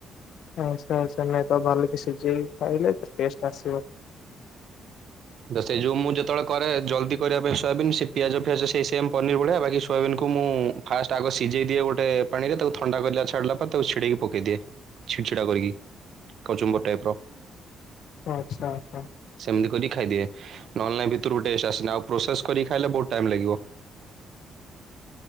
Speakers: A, on the left; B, on the right.
A: ଆଚ୍ଛା ଆଚ୍ଛା ନାଇଁ ତ ବାଲିକି ସିଝେଇକି ଖାଇଲେ ଟେଷ୍ଟ ଆସିବ।
B: ତ ସେ ଯୋଉ ମୁଁ ଯେତେବେଳେ କରେ ଜଲ୍ଦି କରିବା ପାଇଁ ସୋୟବିନ୍ ସେ ପିଆଜ ଫିଆଜ ସେଇ ସେମ ପନିର ଭଳିଆ ବାକି ସୋୟବିନ କୁ ମୁଁ ଫାଷ୍ଟ ଆଗ ସିଝେଇ ଦିଏ ଗୋଟେ ପାଣିରେ ତାକୁ ଥଣ୍ଡା କରିଲା ଛାଡ଼ିଲା ପରେ ତାକୁ ଛିଡେଇକି ପକେଇ ଦିଏ। ଛିନଚ୍ଚଡ଼ା କରିକି କଚୁମ୍ବର ଟାଇପ ର।
A: ଆଚ୍ଛା ଆଚ୍ଛା।
B: ସେମିତି କରିକି ଖାଇଦିଏ ନହେଲେ ନାଇ ଭିତର କୁ ଟେଷ୍ଟ ଆସେନି ଆଉ ପ୍ରୋସେସ କରିକି ଖାଇଲେ ବହୁତ ଟାଇମ ଲାଗିବ।